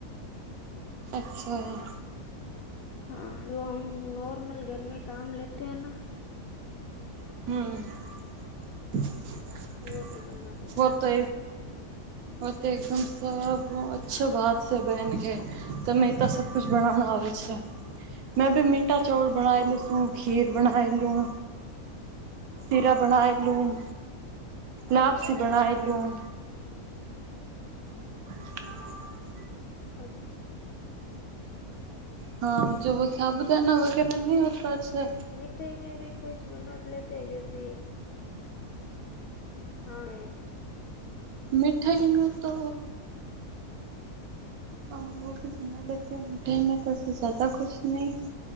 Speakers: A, on the right; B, on the left.
A: અચછા
B: હા જો હમ નોર્મલ ઘરમે કામ લેતે હૈ ના
A: હમ
B: ઓહત તો બના લે.
A: પોતે હો તો એકદમ સ અચ્છા વાત છે બન કે તમેતા સક બનાના આવેે છે મેં ભી મીઠા ચાલ બનાયેલું છું, ખીર બનાયલું, સિરા બના એલું, લાપસી બના એલું, <unintelligible> <inaudible>
B: <unintelligible>
A: હા જો સાબુદાના વગેરે નહીં હોતા છે.
B: <unintelligible> હા.
A: મીઠાઈમાં તો હ ભી બના લેતી હ ઉલ ટ મે તો જદા કુશ નહી